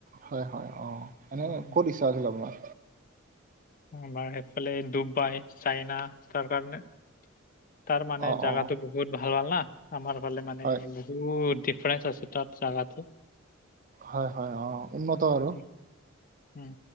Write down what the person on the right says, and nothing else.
হয়-হয়। অ‍ঁ এনেই
ক'ত ইচ্ছা আছিল আপোনাৰ?
অ',
অ',
হয়,
হয়-হয়, অঁ উন্নত আৰু।
<unintelligible>